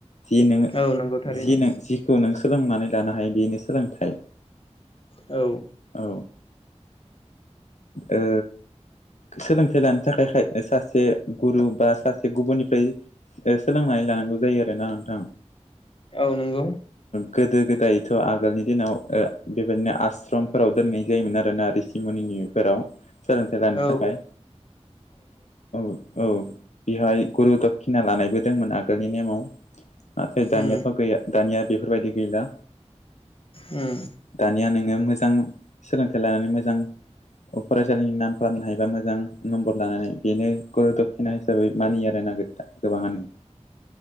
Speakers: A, on the left; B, on the left.
A: जि नोङो
B: औ नंगौ थारैनो
A: जि नों जिखौ नों सोलोंनानै लानो हायो बेनो सोलोंथाइ
B: औ।
A: औ। ओ। सोलोंथाइ लानो थाखायाय सासे गुरु बा सासे गुबुननिफ्राय। सोलोंनानै लानांगौ जायो आरोना नोंथां।
B: औ नंगौ
A: गोदो गोदायथ' आगोलनि दिनाव बेबायदिनो आश्रमफोराव दोनहैनाय जायोमोन आरो। ना रिसि मनिनि फोराव सोलोंथाइ लानो
B: औ
A: थाखाय औ औ बेहाय गुरु दक्षिना लानायबो दंमोन आगोलनि नेमाव नाथाय दानियाथ'
B: उम
A: गैया दानिया बेफोरबायदि गैला।
B: उम
A: दानिया नोङो मोजां सोलोंथाइ लानानै मोजां। फरायसालिनि नाम खालामनो हायोबा मोजां नम्बर लानो हाय बेनो गुरु दक्षिना हिसाबै मानियो आरो नागिर। गोबाङानो